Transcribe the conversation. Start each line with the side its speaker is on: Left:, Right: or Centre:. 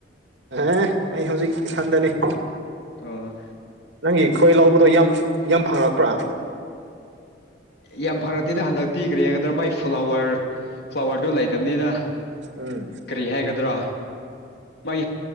Right: ꯑꯦ ꯑꯩ ꯍꯧꯖꯤꯛ ꯏꯁꯟꯗꯅꯤ
Left: ꯑꯣ
Right: ꯅꯪꯒꯤ ꯈꯣꯏ ꯂꯧꯕꯗꯣ ꯌꯥꯝ ꯌꯥꯝ ꯐꯪꯪꯂꯉꯛꯄ꯭ꯔꯥ
Left: ꯌꯥꯝ ꯐꯔꯛꯇꯦꯗ ꯍꯟꯗꯛꯇꯤ ꯀꯔꯤꯒꯗ꯭ꯔꯥ ꯃꯥꯏ ꯐ꯭ꯂꯥꯋꯔ ꯐ꯭ꯂꯥꯋꯔꯗꯨ ꯂꯩꯇꯕꯅꯤꯅ
Right: ꯎꯝ
Left: ꯀꯔꯤ ꯍꯥꯏꯒꯗ꯭ꯔꯣ ꯃꯩ